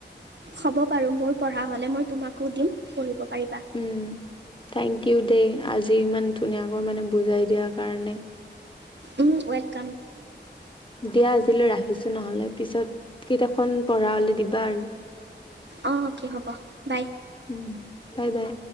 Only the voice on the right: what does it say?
হ'ব বাৰু মোৰ পঢ়া হলে মই তোমাকো দিম। পঢ়িব পাৰিবা
উম, ৱেলকাম।
অ অকে হ'ব, বাই।